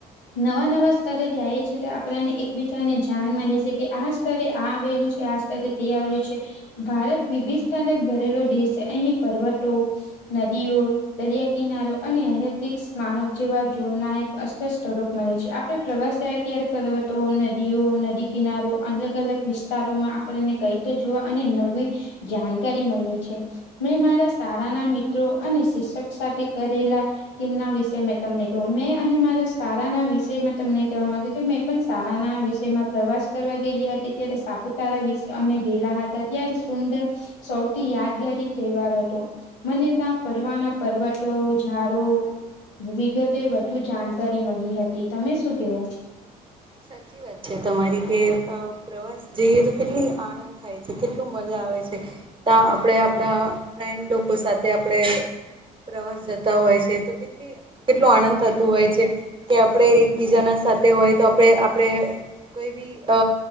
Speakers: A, on the left; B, on the right.
A: નવા નવા સ્તરે જાયે છે તો આપણાને એકબીજાને જાણ મલે છે કે આ સ્તરે આ આવેલું છે. આ સ્તરે તે આવેલું છે. ભારત વિભિતતા ભરેલો દેશ છે. અહી પર્વતો, નદીઓ, દરિયા કિનારો અને અહ્યોતિક સ્નાનક જેવા જોલના અસ્ત સ્તરો મલે છે. આપણે પ્રવાસ જાઈએ ત્યારે પર્વતો, નદીઓ નદી કિનારો અલ- અલગ વિસ્તારોમાં આપણને કઈ તો જોવા અને નવી જાણકારી મલે છે. મેં મારા શાળાના મિત્રો અને શિક્ષક સાથે કરેલા તેમના વિશે મેં તમને કહું, મેં અને મારા સારાના વિષયમાં તમને કેવા માંગ્યું કે મેં પણ સારાના વિષય માં પ્રવાસ કરવા હતી, ત્યારે સાપુતારા વિશે અમે ગેલા હતા ત્યારે સુંદર સૌથી યાદગારી તહેવાર હત,. મને તા ફરવાના પર્વતો ઝડો વિગતે વધુ જાણકારી મળી હતી, તમે શું કેવો?
B: સાચી વાત છે, તમારી કે અ પ્રવાસ જઈએ તો કેટલી આનંદ થાય છે, કેટલું મજા આવે છે. આપણે આપણા <unintelligible> લોકો સાથે આપણે પ્રવાસ જતા હોય છે તો કેટલી કેટલું આનંદ થતું હોય છે, કે આપણે એકબીજાના સાથે હોય તો આપણે આપણે કોઈ બી અ